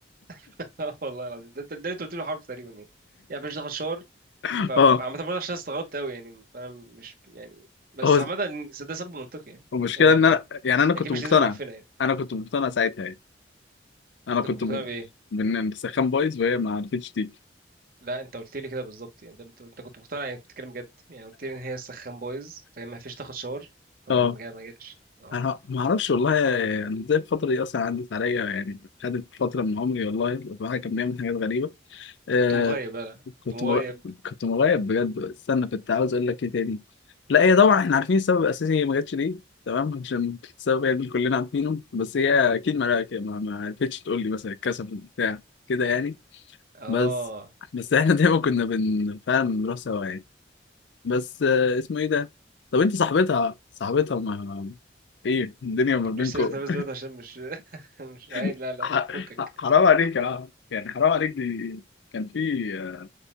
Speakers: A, on the right; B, on the left.
A: <laughs> والله العظيم ده ده اللي انت قلت له حرف تقريبا يعني يعني ما عرفتش تاخد شاور
B: <laughs>
A: ف-
B: اه
A: فعامة برضه عشان استغربت أوي يعني أنا مش يعني بس
B: هو
A: عامة ده سبب منطقي يعني
B: المشكله
A: يعني
B: ان
A: ما-
B: انا يعني انا كنت
A: أكيد مش
B: مقتنع
A: هتنزل معفنة يعني
B: انا كنت مقتنع ساعتها يعني انا
A: أنت
B: كنت
A: كنت مقتنع
B: م...
A: بإيه؟
B: بان السخان بايظ وهي ما عرفتش تيجي
A: لا أنت قلت لي كده بالظبط يعني ده اللي أنت أنت كنت مقتنع يعني كنت بتتكلم جد يعني قلت لي إن هي سخان بايظ فهي ما فيش تاخد شاور فما
B: اه
A: ما جا- ما جاتش النهاردة
B: انا ما اعرفش والله يعني ازاي الفتره دي اصلا عدت عليا يعني خدت فتره من عمري والله الواحد كان بيعمل حاجات غريبه آه.
A: أنت كنت مغيب لا لا
B: كنت
A: كنت مغيب
B: مر... كنت مغيب بجد استنى كنت عاوز اقول لك ايه تاني لا هي طبعا احنا عارفين السبب الاساسي هي ما جاتش ليه تمام عشان السبب يعني كلنا عارفينه بس هي اكيد ما ما ما عرفتش تقول لي مثلا الكسف بتاع كده يعني
A: آه
B: بس بس احنا دايما كنا بن فعلا بنروح سوا يعني بس آه، اسمه ايه ده طب انت صاحبتها صاحبتها ما ايه الدنيا ما
A: جيبليش
B: بينكم
A: سيرتها بس دلوقتي عشان مش <laughs> مش عايز
B: <laughs>
A: لا لا
B: ح-
A: فكك
B: ح- حرام عليك اه يعني حرام عليك دي كان في آه،